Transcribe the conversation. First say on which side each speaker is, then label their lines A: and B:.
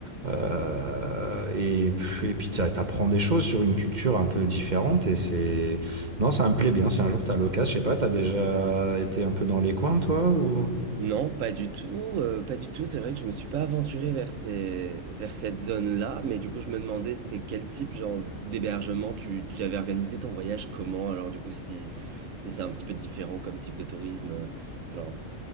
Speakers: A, on the right; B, on the right.
A: euh, et, et puis t'a- t'apprends des choses sur une culture un peu différente et c'est non, ça me plaît bien. Si un jour t'as l'occasion, je sais pas, t'as déjà été un peu dans les coins, toi, ou...
B: Non, pas du tout, euh, pas du tout. C'est vrai que je me suis pas aventuré vers ces, vers cette zone-là, mais du coup, je me demandais c'était quel type genre d'hébergement tu, tu avais organisé ton voyage, comment? Alors du coup, si, si c'est un petit peu différent comme type de tourisme, euh, genre